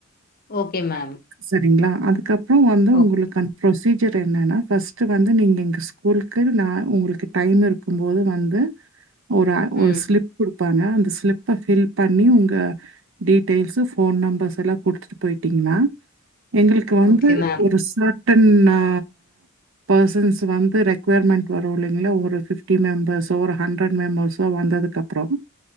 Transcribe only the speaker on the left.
ஓகே மேம்
ஓக்
ம்.
ஓகே மேம்.